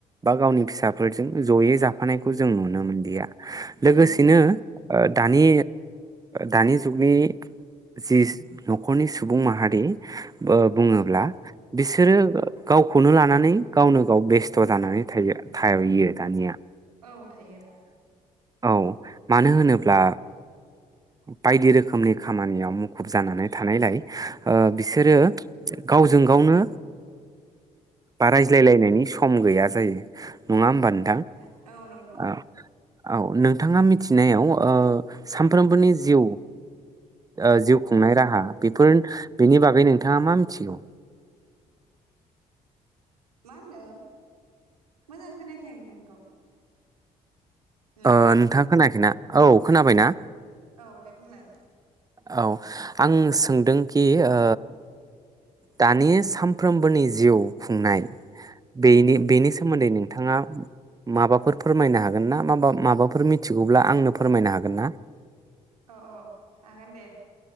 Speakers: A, on the right (about 20°); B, on the right (about 90°).
A: बा गावनि फिसाफोरजों जयै जाफानायखौ जों नुनो मोनदिया लोगोसेनो
B: उम
A: ओ दानि दानि जुगनि जि नखरनि सुबुं माहारि ओ बुङोब्ला बिसोरो गावखौनो लानानै गावनो गाव बेस्थ जानानै थायो थायो दानिया।
B: औ थायो।
A: औ मानो होनोब्ला बायदि रोखोमनि खामानियाव मुखुब जानानै थानायलाय ओ बिसोरो गावजों गावनो बा रायज्लायलायनायनि सम गैया जायो। नङा होमबा
B: उम
A: नोंथां
B: औ नंगौ
A: औ। औ नोंथाङा मिथिनायाव ओ सानफ्रोमबोनि जिउ ओ जिउ खुंनाय राहा बेफोर बेनि बागै नों थाङा मा मिथिगौ?
B: मा होनदों? मोजां खोनायाखै आं नोंथांनिखौ। हेलौ
A: ओ नोंथाङा खोनायाखैना औ खोनाबायना।
B: औ दे बुंलाय
A: औ आं सोंदोंखि ओ दानि सानफ्रोमबोनि जिउ खुंनाय बेनि बेनि सोमोन्दै नोंथाङा माबाफोर फोरमायनो हागोन ना माबा माबाफोर मिथिगौब्ला आंनो फोरमायनो हागोन ना?
B: औ औ हागोन दे।